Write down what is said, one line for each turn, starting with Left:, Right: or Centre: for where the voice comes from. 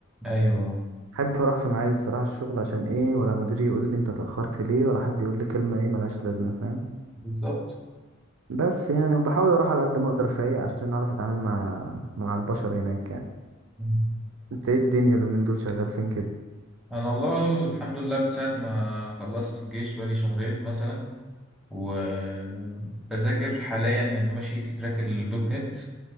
Centre: ايوه
Right: احب اروح في ميعادي الصراحه الشغل عشان ايه ولا مديري يقول لي انت اتاخرت ليه ولا حد يقول لي كلمه ايه ملهاش لازمه فاهم
Centre: بالظبط
Right: بس يعني وبحاول اروح على قد ما اقدر فايق عشان اعرف اتعامل مع مع البشر هناك يعني
Centre: مم.
Right: انت ايه الدنيا اليومين دول شغال فين كده
Centre: انا والله الحمد لله من ساعة ما خلصت الجيش بقالي شهرين مثلا وبذاكر حاليا يعني ماشي في تراك الدوت نت